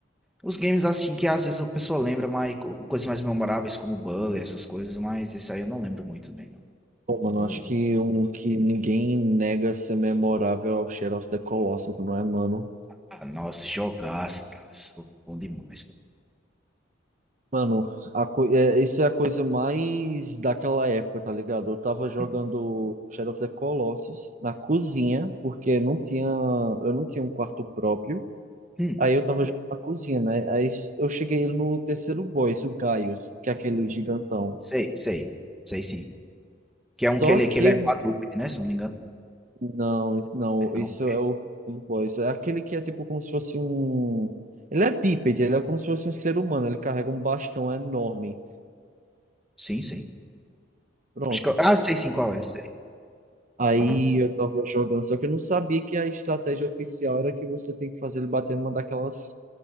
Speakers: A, in the centre; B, on the right.
A: Os games assim que às vezes a pessoa lembra mais co- coisas mais memoráveis, como Bully, essas coisas, mas esse aí eu não lembro muito bem, não.
B: Pô, mano,
A: Não
B: acho
A: vou mentir.
B: que um que ninguém nega ser memorável é o Shadow of the Colossus, não é, mano?
A: Ah, nossa, jogaço, tá. isso é Bom demais, pô.
B: Mano, a co... é, isso é a coisa mais daquela época, tá ligado? Eu tava jogando
A: Hum,
B: Shadow of the Colossus na cozinha, porque não tinha... eu não tinha um quarto próprio.
A: hum,
B: Aí eu tava jogando na cozinha, né? Aí s- eu cheguei no terceiro boss, o Gaius, que é aquele gigantão.
A: sei, sei. Sei sim. Que
B: Só
A: é um que ele,
B: que
A: que ele é
B: eu...
A: quadrúpede, né? Se eu não me engano.
B: não, não,
A: Não.
B: isso é o segundo boss. É aquele que é tipo como se fosse um. Ele é bípede, ele é como se fosse um ser humano, ele carrega um bastão enorme.
A: Sim, sim.
B: Pronto.
A: Acho que eu... Ah, sei sim qual é, sei.
B: Aí
A: Aham.
B: eu tava jogando, só que eu não sabia que a estratégia oficial era que você tem que fazer ele bater numa daquelas,